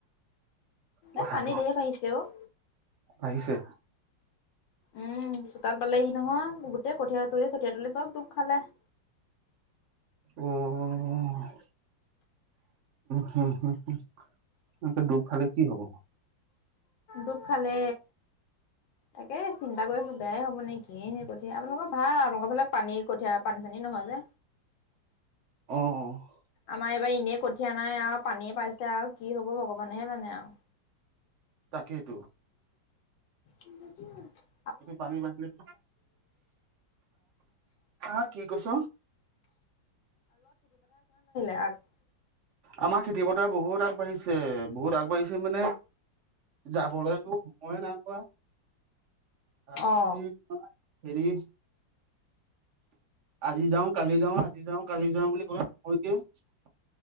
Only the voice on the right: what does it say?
কথাটো
আহিছে-
অ-উম- হম- হম- তাকে <unintelligible> ডুব খালে কি হব?
অ- অ-
তাকেইতো।
তুমি পানী বাঠিল <unintelligible> হা-হা কি কৈছ?
আমাৰ খেতি পথাৰ বহুত আগবাঢ়িছে বহুত আগবাঢ়িছে। মানে যাবলৈতো সময়ে নাইাপোৱা, তাৰপিছত
এই তোমাৰ হেৰি- আজি যাওঁ কালি যাওঁ- আজি যাও- কালি যাওঁ বুলি ক'লে মই <unintelligible>